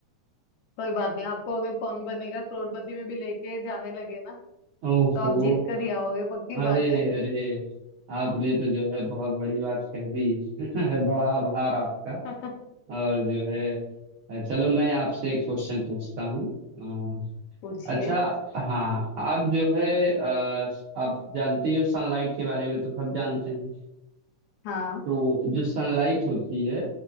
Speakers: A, on the left; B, on the right.
A: कोई बात नहीं आपको अगर कौन बनेगा करोड़पति में भी लेके जाने लगे ना
B: ओहो
A: तो आप जीत कर ही आओगे पक्की
B: अरे
A: बात है
B: अरे आपने तो जो है बहुत बड़ी बात कह दी <laughs> बड़ा आभार आपका
A: <laughs>
B: और जो है अ, चलो मैं आपसे एक क्वेश्चन पूछता हूँ अ,
A: पूछिए
B: अच्छा हाँ आप जो है अ, आप जानते ही हो सनलाइट के बारे में तो सब जानते हैं
A: हाँ
B: तो जो सनलाइट होती है